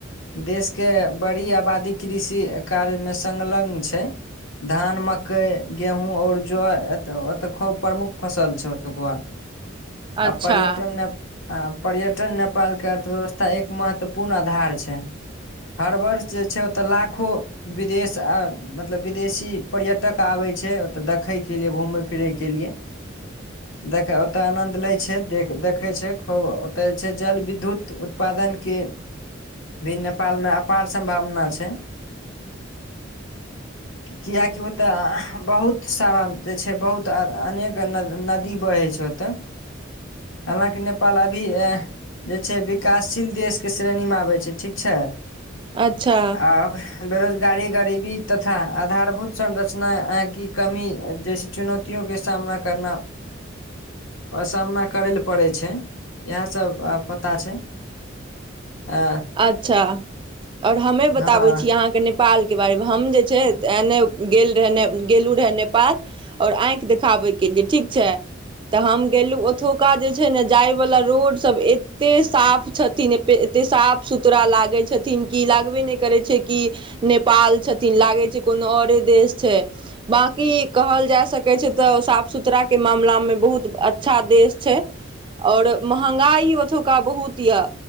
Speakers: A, on the left; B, on the right.
A: देश के बड़ी आबादी कृषि कार्य मे संलग्न छै, धान मकई गेहूँ और ज ओत के प्रमुख फसल छौ ओतूकबा।
B: अच्छा
A: आ पर्यटन ने आ पर्यट नेपाल के अर्थव्यवस्था एक मात तऽ पूर्ण आधार छै हर वर्ष जे छै ओतऽ लाखो विदेश मतलब विदेशी पर्यटक आबे छै ओतऽ देखे के लिए घूमे फिरे के लिए। देख ओतय आनन्द लै छै देख देखै छै खूब ओतय जे छै जल विद्युत उत्पादन के भी नेपालमे अपार सम्भावना छै। किएकि ओ तऽ बहुत सारण जे छै बहुत अनेक। गंगा नदी बहे छै ओतऽ हलाकि नेपाल अभी जे छै विकासशील देश के श्रेणी मे आबै छै ठीक छै।
B: अच्छा
A: आ बेरोजगारी गरीबी तथा आधारभूत संरचना की कमी जैसे चुनौतियो के सामना। करना सामना करै लए पड़ै छै इएह सब पता छै। अ
B: अच्छा आओर हमे बताबै
A: हँ
B: छी अहाँके नै नेपालके बारेमे हम जे छै गेलहु रह नेपाल आओर आँखि देखाबैके लिए ठीक छै तऽ हम गेलहु ओतुका जे छै ने जाइवला रोड सब एते साफ छथिन एते साफ। सुतरा लागै छथिन कि लागबे नै करै छै कि नेपाल छथिन लागै छै कोनो औरे देश छै बाँकी कहल जा सकै छै तऽ साफ सुथराके मामलामे बहुत अच्छा देश छै और मंहगाई ओथोका बहुत यए